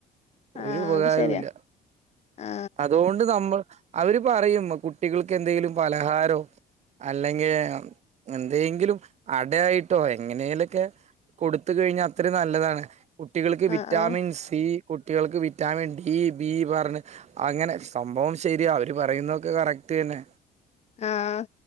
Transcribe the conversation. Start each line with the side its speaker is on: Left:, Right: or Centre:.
Right: ഒരുപകരോം
Left: ആ അത് ശരിയാ
Right: ഇല്ല
Left: ആ
Right: അതുകൊണ്ട് നമ്മൾ അവര് പറയും കുട്ടികൾക്കെന്തെങ്കിലും പലഹാരോ അല്ലെങ്കില് എന്തെങ്കിലും അടയായിട്ടോ എങ്ങനെലൊക്കെ കൊടുത്തുകഴിഞ്ഞാ ഒത്തിരി നല്ലതാണ് കുട്ടികൾക്ക് വിറ്റാമിൻ
Left: ആ ആ
Right: സി കുട്ടികൾക്ക് വിറ്റാമിൻ ഡി ബി പറഞ്ഞ് അങ്ങനെ സംഭവം ശരിയാ അവര് പറയുന്നൊക്കെ കറക്റ്റ് തന്നെ.
Left: ആഹ്